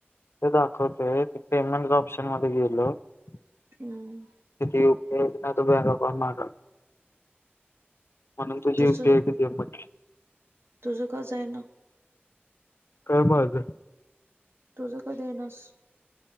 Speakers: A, on the left; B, on the right.
A: ते दाखवतोय ते पेमेंटच ऑप्शन मध्ये गेलं. तिथं
B: हम्म
A: यीऊ तेच नाय तं <unintelligible> म्हणून तुझी
B: तुझ
A: डेट दे म्हटलं.
B: तुझं कसं आहे ना
A: काय माझं
B: तुझं कधीये नस